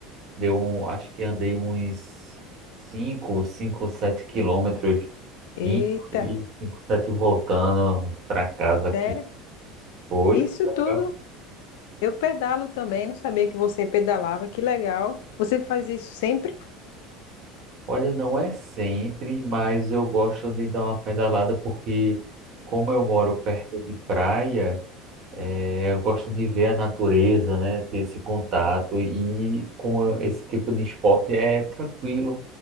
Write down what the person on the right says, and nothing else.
deu um, acho que andei uns cinco, cinco, 7 quilômetros e
5, 7 voltando para casa aqui.
Foi,
foi
legal.
Olha, não é sempre, mas eu gosto de dar uma pedalada porque, como eu moro perto de praia, eh, eu gosto de ver a natureza, né? Ter esse contato e com esse tipo de esporte é tranquilo